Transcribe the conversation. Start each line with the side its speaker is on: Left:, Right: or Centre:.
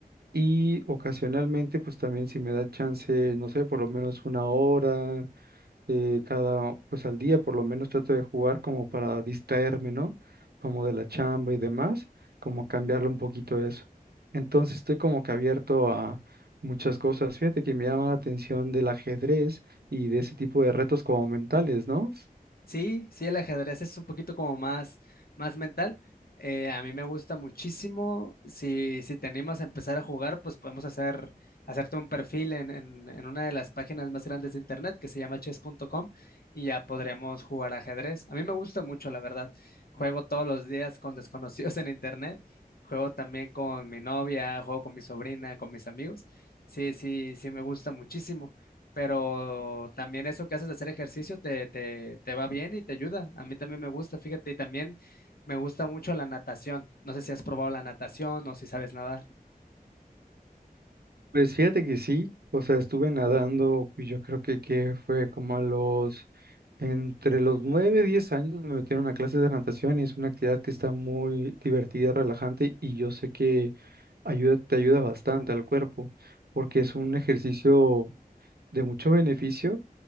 Right: y ocasionalmente pues también si me da chance, no sé, por lo menos una hora, eh, cada, pues al día por lo menos trato de jugar como para distraerme, ¿no? Como de la chamba y demás, como cambiarle un poquito eso. Entonces estoy como que abierto a muchas cosas. Fíjate que me llama la atención del ajedrez y de ese tipo de retos como mentales, ¿no?
Left: Sí, sí, el ajedrez es un poquito como más, más mental. Eh, a mí me gusta muchísimo. Si, si te animas a empezar a jugar, pues podemos hacer, hacerte un perfil en, en, en una de las páginas más grandes de internet que se llama chess.com y ya podríamos jugar ajedrez. A mí me gusta mucho, la verdad. Juego todos los días con desconocidos <laughs> en internet. Juego también con mi novia, juego con mi sobrina, con mis amigos. Sí, sí, sí, me gusta muchísimo pero también eso que haces de hacer ejercicio te, te, te va bien y te ayuda. A mí también me gusta, fíjate, y también me gusta mucho la natación. No sé si has probado la natación o si sabes nadar.
Right: Pues fíjate que sí, o sea, estuve nadando, y yo creo que, que fue como a los, entre los 9 y 10 años me metieron a clases de natación y es una actividad que está muy divertida, relajante y yo sé que ayuda, te ayuda bastante al cuerpo porque es un ejercicio de mucho beneficio